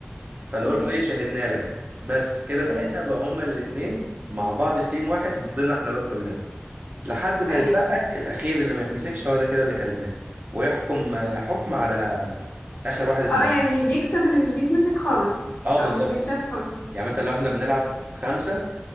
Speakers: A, on the right; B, on the left.
A: فنقول
B: مم.
A: له ايه شاهدنا لك بس كده ساعتها
B: مم.
A: بقى هما الاتنين مع بعض في تيم واحد ضدنا احنا بقى كلنا لحد ما
B: ايوه
A: يتبقى الأخير اللي ما يتمسكش هو ده كده اللي كسبان ويحكم آه، حكم على آخر واحد اتمسك
B: اه يعني اللي بيكسب اللي مش بيتمسك خالص
A: اه بالظبط
B: او مش بيتشاف خالص
A: يعني مثلا لو احنا بنلعب خمسة